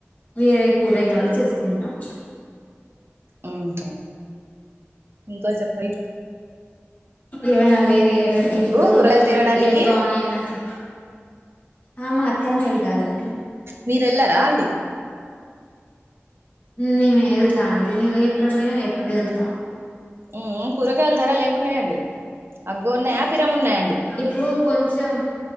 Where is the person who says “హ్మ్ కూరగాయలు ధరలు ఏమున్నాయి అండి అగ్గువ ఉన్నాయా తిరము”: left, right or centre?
Right